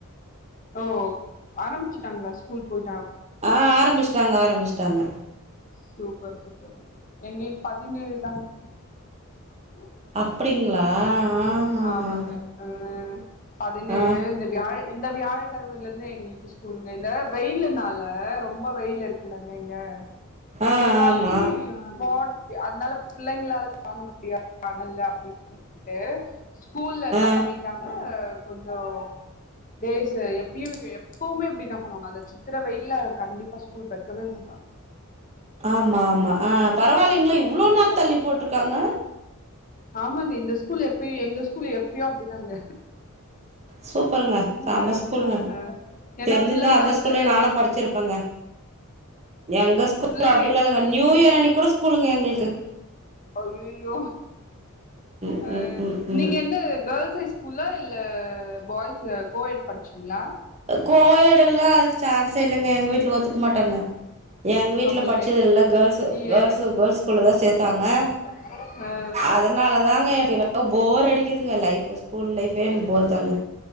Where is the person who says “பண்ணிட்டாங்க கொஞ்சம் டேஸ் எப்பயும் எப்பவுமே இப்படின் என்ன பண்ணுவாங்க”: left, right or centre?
Left